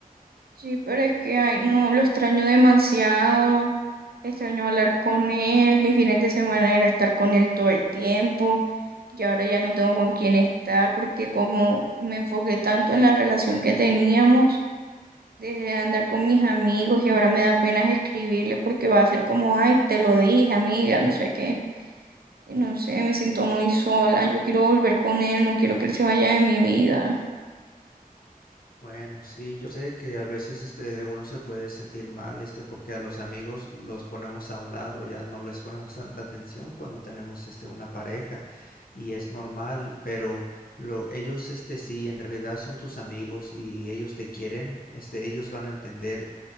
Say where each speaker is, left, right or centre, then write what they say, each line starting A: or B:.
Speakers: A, on the right (about 80°); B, on the left (about 70°).
A: Sí, pero es que ay, no, lo extraño demasiado. Extraño hablar con él. Mis fines de semana era estar con él todo el tiempo. Y ahora ya no tengo con quién estar porque como me enfoqué tanto en la relación que teníamos Dejé de andar con mis amigos y ahora me da pena escribirles porque va a ser como, ay, te lo dije, amiga, no sé qué. Y No sé, me siento muy sola, yo quiero volver con él, no quiero que él se vaya de mi vida.
B: Bueno, sí, yo sé que a veces este uno se puede sentir mal, este, porque a los amigos los ponemos a un lado, ya no les ponemos tanta atención cuando tenemos este una pareja y es normal, pero lo ellos este si en realidad son tus amigos y ellos te quieren, este ellos van a entender